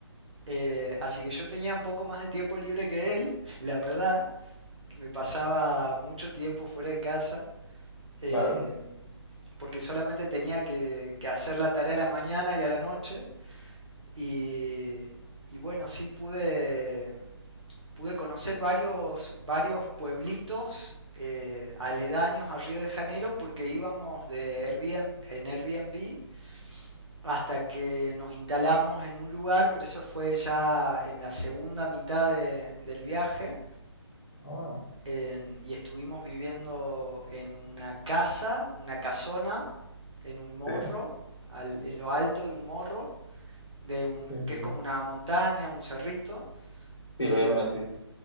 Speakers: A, on the right; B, on the left.
A: Eh, así que yo tenía un poco más de tiempo libre que él, <laughs> la verdad. Me pasaba mucho tiempo fuera de casa, eh,
B: claro.
A: porque solamente tenía que, que hacer la tarea a la mañana y a la noche. Y, y bueno, sí pude, pude conocer varios, varios pueblitos eh, aledaños a Río de Janeiro porque íbamos de Airbnb, en Airbnb hasta que nos instalamos en un lugar, pero eso fue ya en la segunda mitad de- del viaje.
B: Ah,
A: en- y estuvimos viviendo en una casa, una casona, en un morro,
B: sí,
A: al- en lo alto de un morro, de un,
B: qué bien.
A: que es como una montaña, un cerrito.
B: Sí,
A: eh,
B: lo llaman así.